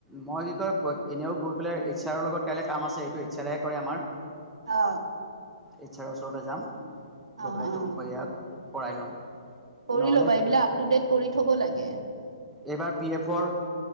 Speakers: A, in the centre; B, on the right.
A: মই কি কয় এনেও গৈ পেলাই এইচ্ছাৰ লগত কাইলে কাম আছে এইটো এইচ্ছাৰেহে কৰে আমাৰ।
B: অ।
A: এইচ আৰৰ ওচৰলে যাম
B: অ
A: গৈ পেলাইটো
B: অ
A: বাহয়া কৰাই ল'ম।
B: কৰি
A: নহ'লে
B: ল'বা এইবিলাক আপ টু ডেট কৰি থব লাগে।
A: এইবাৰ পি এফৰ